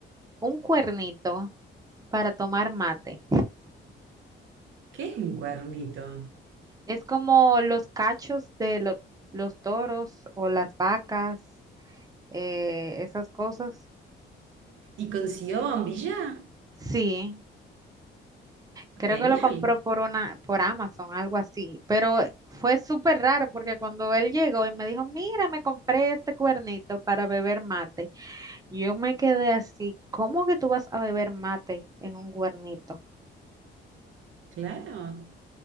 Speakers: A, on the right; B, on the right.
A: un cuernito para tomar mate.
B: ¿Qué es un cuernito?
A: Es como los cachos de lo- los toros o las vacas, eh, esas cosas.
B: ¿Y consiguió bombilla?
A: Sí. Creo
B: Genial.
A: que lo compró por una, por Amazon, algo así. Pero fue súper raro porque cuando él llegó y me dijo, mira, me compré este cuernito para beber mate. Y Yo me quedé así, ¿cómo que tú vas a beber mate en un cuernito?
B: Claro.